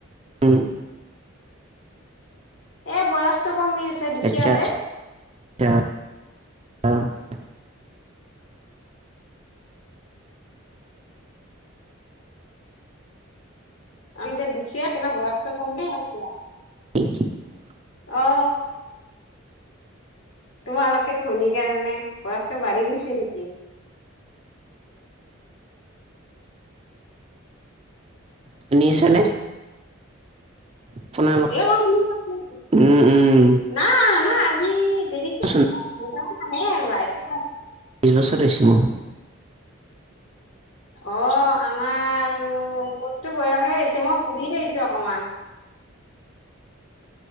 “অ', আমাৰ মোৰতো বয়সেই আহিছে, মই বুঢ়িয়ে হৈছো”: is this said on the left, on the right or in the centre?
Left